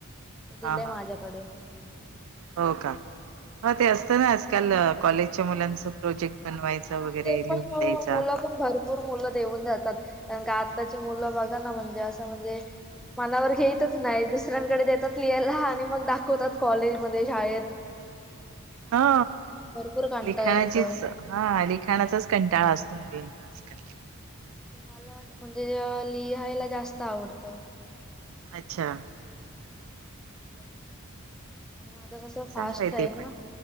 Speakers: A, in the centre; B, on the right (about 70°).
A: मग ते दिलेय
B: हा हा
A: माझ्याकडे
B: हो का ह ते असतं ना आजकाल अ, कॉलेजच्या मुलांच प्रोजेक्ट बनवायचा
A: हा
B: वगैरे,
A: ते पण
B: लिहून
A: हो
B: द्यायचा
A: मुलं भरपूर मुलं देऊन जातात, कारण का आताची मुलं बघा ना म्हणजे असं म्हणजे मनावर घेतच नाही दुसऱ्यांकडे देतात केला आणि मग दाखवतात कॉलेज मध्ये, शाळेत
B: हा
A: त्यांना भरपूर कंटाळा
B: लिखाणाचीच
A: येत
B: हा लिखाणाचाच कंटाळा असतो मुलांना आजकाल
A: तस मला म्हणजे लिहायला जास्त आवडतं
B: अच्छा
A: हा मी लिखान करते आणि माझं कसं फास्ट
B: चांगलंय
A: आहे
B: ते
A: ना,
B: पण